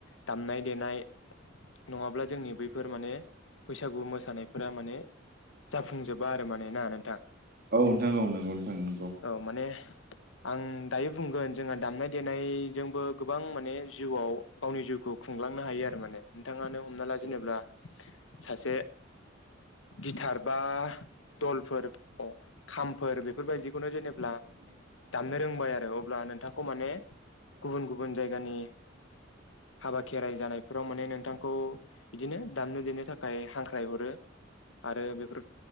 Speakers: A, on the left; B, on the right.
A: दामनाय देनाय। नङाब्ला जोंनि बैफोर माने बैसागु मोसानायफोरा माने जाफुंजोबा आरो माने ना नोंथां
B: औ नोंथां औ नंगौ नोंथां नंगौ
A: औ माने आं दायो बुंगोन जोंहा दामनाय देनायजोंबो गोबां माने जिउआव गावनि जिउखौ खुंलांनो हायो आरो माने नोंथाङानो हमना ला जेनेबा
B: औ
A: सासे गिथार बा दलफोर खामफोर बेफोरबायदिखौनो जेनेबा दामनो रोंबाय आरो अ ब्ला नोंथांखौ माने गुबुन गुबुन जायगानि
B: <inaudible>
A: हाबा खेराइ जानायफोराव माने नोंथांखौ बिदिनो दामनो देनो थाखाय हांख्राय हरो। आरो बेफोर